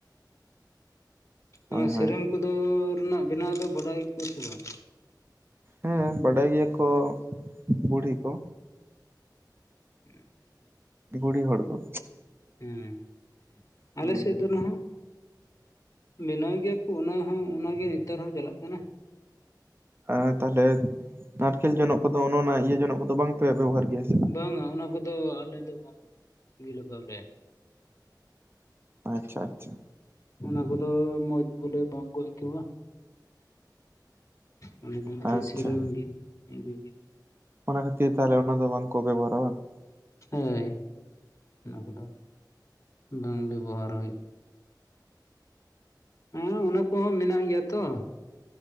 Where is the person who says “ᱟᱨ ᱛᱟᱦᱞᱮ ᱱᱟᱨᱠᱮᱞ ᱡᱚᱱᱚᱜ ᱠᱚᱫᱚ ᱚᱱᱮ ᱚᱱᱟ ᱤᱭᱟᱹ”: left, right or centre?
Right